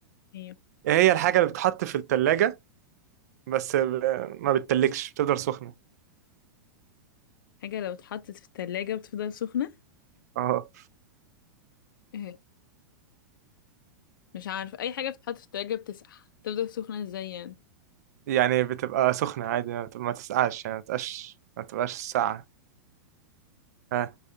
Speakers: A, on the left; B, on the right.
A: ايوه
B: ايه هي الحاجة اللي بتتحط في التلاجة بس ب- ما بتتلكش بتفضل سخنة
A: حاجة لو اتحطت في التلاجة بتفضل سخنة
B: اه
A: آه، مش عارف اي حاجة بتتحط في التلاجة بتسقع تفضل سخنة ازاي يعني
B: يعني بتبقى سخنة عادي ما بتبقى- ما تسقعش يعني ما تبقاش ما تبقاش ساقعة ها